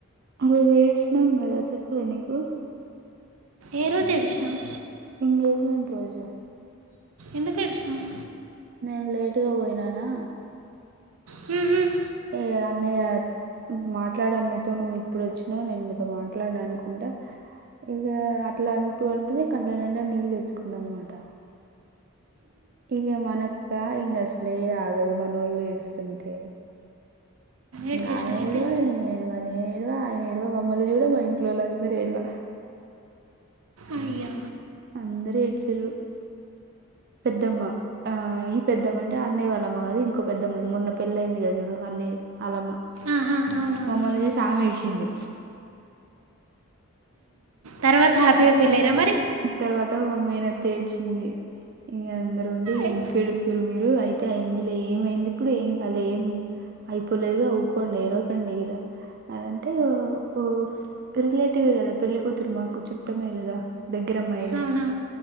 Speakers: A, on the right; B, on the right.
A: ఆరోజు ఏడ్చినం కదా చెప్పాలే నీకు.
B: ఏ రోజు ఏడ్సినవ్.
A: ఎంగేజ్మెంట్ రోజు.
B: ఎందుక్ ఏడ్చినావ్.
A: నేన్ లేటుగా పోయినానా.
B: హుహుమ్.
A: ఏ అన్నయ్య మాట్లాడనీతో నువ్వు ఇప్పుడు వచ్చినావు, నేన్ నీతో మాట్లాడాన్ అనుకుంటా, ఇగా అట్లా అంటూ ఉంటేనే కండ్ల నిండా నీళ్ళు తెచ్చుకున్నా అన్నమాట. ఇగా మనక్. కా ఇంగా అసలే ఆగదు మనోళ్ళు ఏడుస్తుంటే.
B: ఏడ్చేసినావు
A: ఇంగా ఆయన
B: అయితే
A: ఏడ్వ, నేన్ ఏడ్వ, నేన్ ఏడ్వ ఆయన ఏడ్వ, మమ్మల్ని చూడ మా ఇన్. ఇంట్లోలందరూ ఏడ్వ.
B: అయ్యా.
A: అందర్ ఏడ్చిండ్రు. పెద్దమ్మ ఆ ఈ పెద్దమ్మంట్. అంటే అన్నయ్య వాళ్లమ్మ కాదు, ఇంకో పెద్దమ్మ మొన్న పెళ్ళి అయింది కద చూడు, ఆ అన్నయ్య ది అలమ్మ
B: ఆహా అవునవును
A: మమ్మల్ని చూసి ఆమె ఏడ్చింది.
B: తర్వాత హ్యాప్. పీగా ఫీల్ అయిన్ర మరి.
A: తర్వాత మా మేనత్త ఏడ్చింది. ఇగా అందరు ఉండి
B: అయ్.
A: ఎందుకు ఏడుస్తున్రు మీరు, అయితే అయింది లే ఏమైంది ఇప్పుడు ఏం కాలే, ఏం అయిపోలేదుగా ఊకోండి ఏడవకండి ఇగా. అనంటే ఇగ ఓ ఓ రిలేటివే కదా పెళ్ళి కూతురు మాకు చుట్టమే కదా. దగ్గరమ్మాయేగా,
B: అవునా